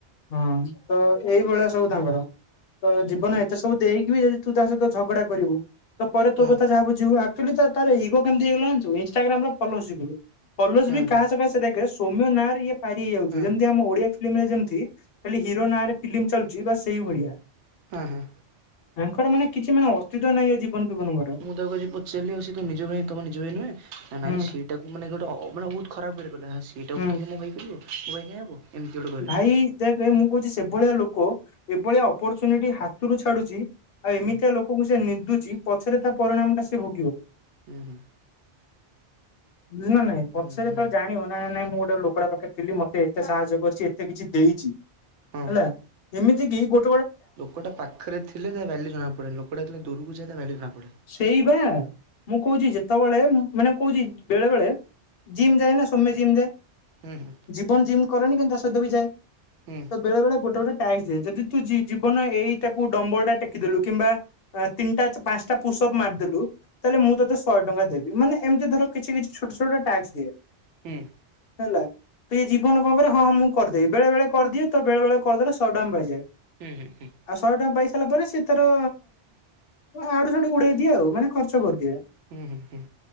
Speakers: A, on the left; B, on the right.
A: ହଁ ତ ଏଇଭଳିଆ ସବୁ ତାଙ୍କର। ତ ଜୀବନରେ
B: ଆଚ୍ଛା
A: ଏତେ ସବୁ ଦେଇକି ବି ଯଦି ତୁ ତା ସହିତ ଝଗଡା କରିବୁ ତ ପରେ
B: ହଁ
A: ତୋ କଥା ଯାହା ବୁଝିବ ଆନ୍ତୁ ତା ତାର ଇଗୋ କେମିତି ହେଇଗଲା ଜାଣିଚୁ ଇନ୍ଷ୍ଟାଗ୍ରାମର ଫଲୋଜ ଯୋଗୁରୁ ଫଲୋଜ
B: ହଁ
A: ବି
B: ହଁ
A: ତୁ ଭଲସେ ଦେଖେ ସୋମ୍ୟ ନାରେ ଇଏ ପାରିହେଇଯାଉଛି
B: ହଁ
A: ଯେମିତି ଆମ ଓଡିଆ ଫିଲ୍ମ ରେ ଯେମିତି ଖାଲି ହିରୋ ନାଁ ରେ ଫିଲ୍ମ ଚାଲୁଚି ବାସ ସେଇଭଳିଆ।
B: ଅଁ ହଁ।
A: ଆଙ୍କର ମାନେ କିଛି ମାନେ ଅସ୍ତିତ୍ୱ ନାଇଁ ଏ ଜି <unintelligible>
B: ମୁଁ ତାକୁ ଆଜି ପଚାରିଲି ଆଉ ସିଏ ତୋ ନିଜ ଭାଇ ତମ ନିଜ ଭାଇ ନୁହେଁ ନା ନାଇଁ
A: ହୁଁ
B: ସିଏ ତାକୁ ମାନେ ଗୋଟେ ଅ ମାନେ ବହୁତ ଖରାପ ୱେରେ କଇଲା ସେଇଟାକୁ
A: ହୁଁ
B: କିଏ ମୋ ଭାଇ କରିବ ମୋ ଭାଇ କାଁଇ ହବ। ଏମିତି ଗୋଟେ କହିଲେ
A: ଭାଇ ଦେଖେ ମୁଁ କହୁଛି ସେଭଳିଆ ଲୋକ ଏଭଳିଆ ଅପରଚୁନିଟି ହାତରୁ ଛାଡୁଛି ଆଉ
B: ହୁଁ
A: ଏମିତିଆ ଲୋକଙ୍କୁ ସେ ନିନ୍ଦୁଛି ପଛରେ ତା ପରିଣାମ ଟା ସେ ଭୋଗିବ।
B: ହୁଁ ହୁଁ।
A: ବୁଝିଲ ନା ନାଇଁ
B: ହୁଁ
A: ପଛରେ
B: ହୁଁ ହୁଁ
A: ଯେତଳେ ଜାଣିବ ନାଇଁ ନାଇଁ ନାଇଁ ମୁଁ ଗୋଟେ ଲୋ ଲୋକ ଟା ପାଖରେ ଥିଲି ମତେ ଏତେ ସାହାଯ୍ୟ କରିଚି ଏତେ କିଛି ଦେଇଚି ହେଲା
B: ହଁ
A: ଏମିତି କି ଗୋ
B: ଲୋକଟା ପାଖରେ ଥିଲେ ତା ଭ୍ୟାଲୁ ଜଣାପଡ଼େନି ଲୋକଟା ଯେତେବେଳେ ଦୂରୁକୁ ଯାଏ ତା ଭ୍ୟାଲୁ ଜଣାପଡ଼େ।
A: ସେଇପା ମୁଁ କଉଚି ଯେତେବେଳେ ମାନେ କଉଚି ବେଳେ ବେଳେ। ଜିମ୍ ଯାଏ ନା ସୋମ୍ୟ ଜିମ୍ ଯାଏ।
B: ହୁଁ ହୁଁ।
A: ଜୀବନ ଜିମ୍ କରେନି କିନ୍ତୁ ତା ସହିତ ବି ଯାଏ।
B: ହୁଁ।
A: ବେଳେ ବେଳେ ଗୋଟେ ଗୋଟେ ଟାକ୍ସ ଦଏ ଯଦି ତୁ ଜୀ ଜୀବନ ଏଇଟାକୁ ଡମ୍ବଲଟା ଟେକିଦେଲୁ କିମ୍ବା ଅ ତିନିଟା ଚ ମ୍ପାସଟା ପୁସଅପ୍ ମାରଦେଲୁ ତାହେଲେ ମୁଁ ତୋତେ ଶଏ ଟଙ୍କା ଦେବି ମାନେ ଏମତି ଧର କିଛି କିଛି ଛୋଟ ଛୋଟ ଟାକ୍ସ ଦିଏ <inaudible>
B: ହୁଁ
A: ହେଲା ତ ଏଇ ଜୀବନ କଁ କରେ ହଁ ହଁ ମୁଁ କରଦେବି ବେଳେ ବେଳେ କରିଦିଏ ତ ବେଳେ ବେଳେ କରିଦେଲେ ସଏଟଙ୍କା ପାଇଯାଏ।
B: ଉଁ ହୁଁ।
A: ଆଉ ଶଏ ଟଙ୍କା ପାଇସାଇଲା ପରେ ସେ ତାର ଆଡୁ ସାଡୁ ଉଡେଇଦିଏ ଆଉ ମାନେ ଖର୍ଚ୍ଚ କରିଦିଏ।
B: ଉଁ ହୁଁ ହୁଁ।